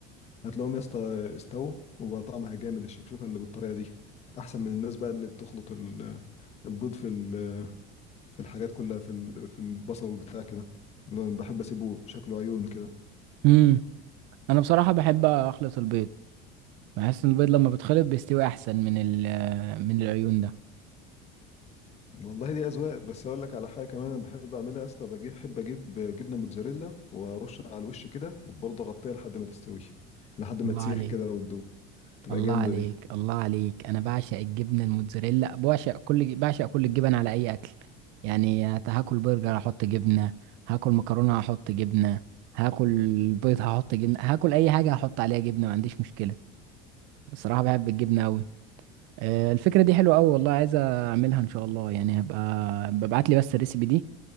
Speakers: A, on the left; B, on the right.
A: هتلاقيهم يا اسطى استووا وبقى طعمها جامد الشكشوكة اللي بالطريقة دي أحسن من الناس بقى اللي بتخلط ال... البيض في ال... في الحاجات كلها في ال... في البصل والبتاع كده أنا بحب أسيبه شكله عيون كده
B: مم. انا بصراحة بحب اخلط البيض بحس ان البيض لما بيتخلط بيستوي احسن من ال من العيون ده
A: والله دي اذواق بس اقول لك على حاجه كمان انا بحب اعملها يا اسطى بجيب بحب اجيب جبنه موتزاريلا وارشها على الوش كده وبرضه اغطيها لحد ما تستوي لحد ما
B: الله
A: تسيح
B: عليك
A: كده وتدوب تبقى
B: الله
A: جامده
B: عليك
A: دي
B: الله عليك انا بعشق الجبنه الموتزاريلا بعشق كل بعشق كل الجبن على اي اكل يعني هت- هاكل برجر هحط جبنه هاكل مكرونه هحط جبنه هاكل بيض هحط جبنه هاكل اي حاجه هحط عليها جبنه ما عنديش مشكله الصراحه بحب الجبنه قوي الفكره دي حلوه قوي والله عايز اعملها ان شاء الله يعني هبقى ببعت لي بس الريسيبي دي